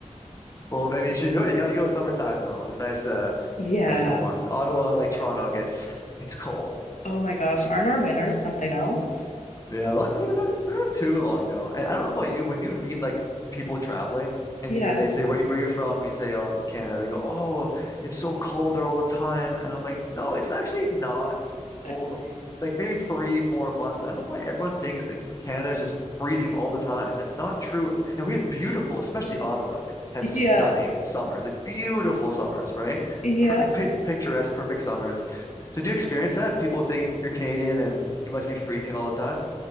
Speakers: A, on the left (about 25°); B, on the left (about 80°).
A: Well, maybe you should go. You got to go summertime though. It's nice, uh,
B: Yeah.
A: nice and warm. Because Ottawa, like Toronto, gets <laughs> gets cold.
B: Oh my gosh. Aren't our winners something else?
A: Yeah, luckily they're not they're not too long though. And I don't know about you, when you meet like people traveling and
B: Yeah.
A: you they say where you, where you're from, you say, Oh, I'm from Canada. They go, Oh, it's so cold there all the time. And I'm like, No, it's actually not
B: <laughs>
A: cold. Mm, Like maybe three, four months. I don't know why everyone thinks that Canada is just freezing all the time. That's not true. And we have beautiful, especially Ottawa has
B: Yeah.
A: stunning summers, like beautiful summers, right?
B: Yeah.
A: Per pi picturesque, perfect summers. So do you experience that? People think you're Canadian and you must be freezing all the time.